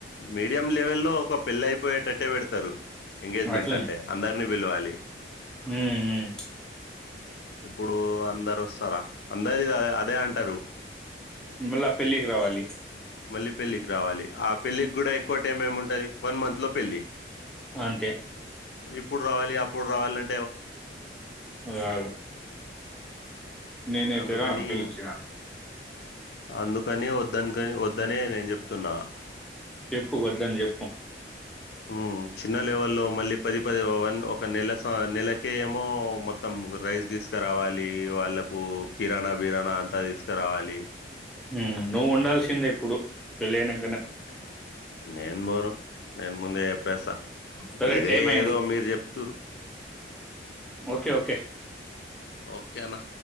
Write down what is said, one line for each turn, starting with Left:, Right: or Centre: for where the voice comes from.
Left: మీడియం లెవల్లో ఒక పెళ్లి అయిపోయేటట్టే పెడతారు ఎంగేజ్మెంట్
Centre: అట్లనే
Left: అంటే అందరు ని పిలవాలి
Centre: ఉమ్, ఉమ్.
Left: ఇప్పుడు అందరు వస్తారా అందరిది అ అదే అంటారు
Centre: మళ్ళా పెళ్ళికి రావాలి
Left: మళ్ళీ పెళ్ళికి రావాలి ఆ పెళ్ళికి గూడ ఎక్కువ టైం ఏము ఉంటది వన్ మంత్ లో పెళ్ళి
Centre: అంతే
Left: ఇప్పుడు రావాలి అప్పుడు రావలం
Centre: వ్యావ్ నేనైతే
Left: అందుకని
Centre: రాను పీల్చిన
Left: అందుకని వద్దంటే వద్దనే నేను చెప్తున్న
Centre: చెప్పు వద్దని చెప్పు
Left: ఉమ్ చిన్న లెవెల్లో మళ్ళీ పది పది వన్ ఒక నెల స నెలకేమో మొత్తం రైస్ తీసుకరావాలి వాళ్ళకు కిరాణ బిరాణ అంత తీసుకరావాలి
Centre: మ్ నువ్వు ఉండాల్సిందే ఇప్పుడు పెళ్ళైనం
Left: ఆ నేను బోను నేను ముందే చెప్పేస్త
Centre: సరే
Left: ఇదే
Centre: టైం అయింది
Left: ఏదో మీరు జెప్తురు
Centre: ఓకే ఓకే
Left: ఓకే అన్న